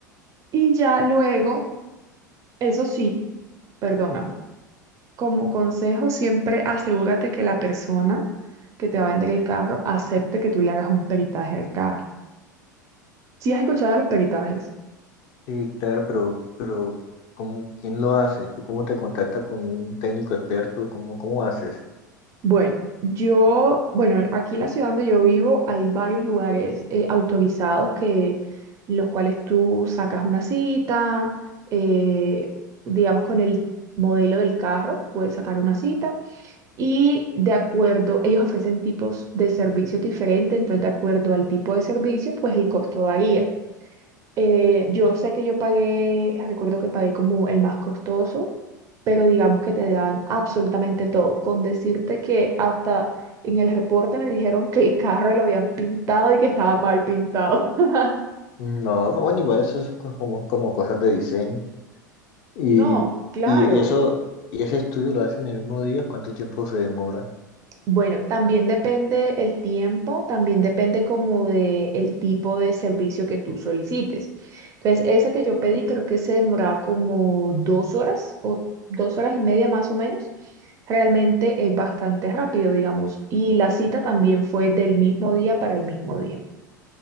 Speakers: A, on the right (about 30°); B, on the left (about 45°).
A: y ya luego, eso sí, perdóname, como consejo, siempre asegúrate que la persona que te va a vender el carro acepte que tú le hagas un peritaje al carro. ¿Sí has escuchado de los peritajes?
B: Sí, claro, pero, pero ¿cómo, quién lo hace? ¿Tú cómo te contactas con un técnico experto? ¿Cómo, cómo haces?
A: Bueno, yo, bueno, aquí en la ciudad donde yo vivo hay varios lugares eh, autorizados que, en los cuales tú sacas una cita, eh, digamos con el modelo del carro, puedes sacar una cita Y de acuerdo, ellos ofrecen tipos de servicios diferentes, entonces de acuerdo al tipo de servicio, pues el costo varía. Eh, yo sé que yo pagué, recuerdo que pagué como el más costoso, pero digamos que te dan absolutamente todo, con decirte que hasta en el reporte me dijeron que el carro lo habían pintado y que estaba mal pintado. <laughs>
B: No, pues bueno, igual eso es co- como, como cosas de diseño. Y,
A: No, claro.
B: y eso, y ese estudio lo hacen el mismo día, ¿cuánto tiempo se demora?
A: Bueno, también depende el tiempo, también depende como de el tipo de servicio que tú solicites. Entonces, ese que yo pedí creo que se demoraba como dos horas o dos horas y media más o menos. Realmente es bastante rápido, digamos. Y la cita también fue del mismo día para el mismo día.